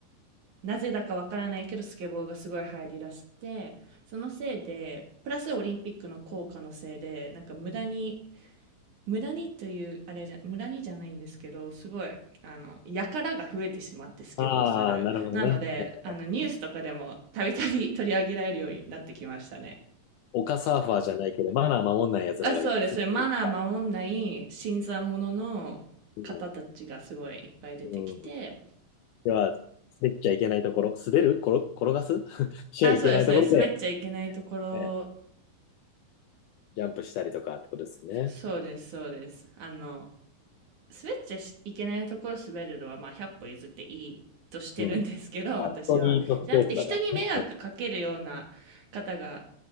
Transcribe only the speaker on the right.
なぜだかわからないけど、スケボーがすごい流行りだして、そのせいで、プラスオリンピックの効果のせいで、なんか無駄に無駄にという、あれじゃ、無駄にじゃないんですけど、すごい、あの、やからが増えてしまってスケボーする。
なので、
あの、ニュースとかでもたびたび <laughs> 取り上げられるようになってきましたね。
あそうです。マナー守んない新参者の方たちがすごいいっぱい出てきて、
あ、そうです。そうです滑っちゃいけないところ、
そうです、そうです。あの、滑っちゃいけないところ滑るのは、まあ、100歩譲っていいとしてるんですけど、
<laughs>
私は。
じゃなくて、人に迷惑かけるような方が、